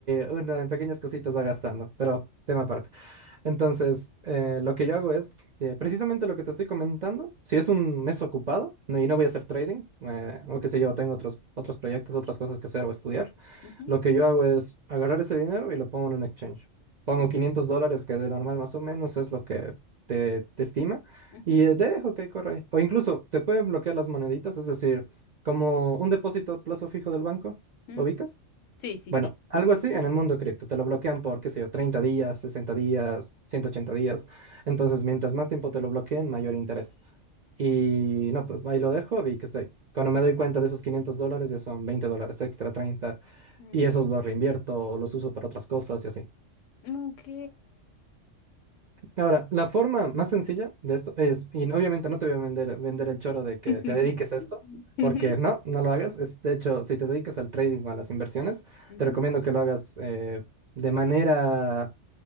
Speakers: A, on the right; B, on the left.
A: uno en pequeñas cositas va gastando, pero tema aparte. Entonces, eh, lo que yo hago es eh, precisamente lo que te estoy comentando. Si es un mes ocupado no- y no voy a hacer trading, eh,
B: Ujú,
A: o qué sé yo, tengo otros, otros proyectos, otras cosas que hacer o estudiar,
B: ujú,
A: lo que yo hago es agarrar ese dinero y lo pongo en un exchange. Pongo
B: ok,
A: 500 dólares, que de normal más o menos es lo que te, te estima,
B: ujú,
A: y eh, dejo que corra ahí. O incluso te pueden bloquear las moneditas, es decir, como un depósito a plazo fijo del banco,
B: ujú.
A: ¿ubicas?
B: Sí, sí,
A: Bueno,
B: sí.
A: algo así en el mundo cripto. Te lo bloquean por, qué sé yo, 30 días, 60 días, 180 días. Entonces, mientras más tiempo te lo bloqueen, mayor interés. Y no, pues ahí lo dejo y que estoy. Cuando me doy cuenta de esos 500 dólares, ya son 20 dólares extra, treinta
B: Ujú.
A: Y esos los reinvierto o los uso para otras cosas y así.
B: Ok.
A: Ahora, la forma más sencilla de esto es, y obviamente no te voy a vender, vender el choro de que
B: <laughs>
A: te dediques a esto,
B: Ujú,
A: porque no, no lo hagas. Es, de hecho, si te dedicas al trading o a las inversiones,
B: ujú.
A: te recomiendo que lo hagas eh, de manera,